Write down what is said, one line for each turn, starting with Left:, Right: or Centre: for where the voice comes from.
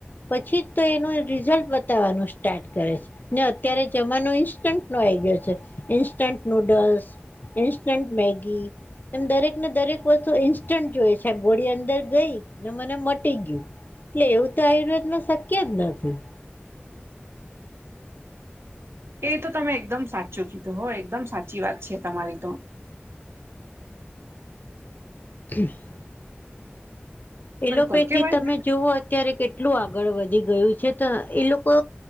Left: પછી જ તો એનું રિઝલ્ટ બતાવાનું સ્ટાર્ટ કરે છે ને અત્યારે જમાનો ઇન્સ્ટન્ટ નો આવી ગયો છે ઇન્સ્ટન્ટ નુડલ્સ ઇન્સ્ટન્ટ મેગી એમ દરેકને દરેક વસ્તુ ઈન્સ્ટન્ટ જોયે છે આ ગોળી અંદર ગઈ ને મને મટી ગયું એટલે એવું તો આયુર્વેદ માં શક્ય જ નથી
Right: એ તો તમે એકદમ સાચું કીધું હો એકદમ સાચી વાત છે તમારી તો
Left: <unintelligible> એલોપેથી
Right: બિલકુલ કેવાય
Left: તમે
Right: ને
Left: જોવ ત્યારે કેટલું આગળ વધી ગયું છે તો એ લોકો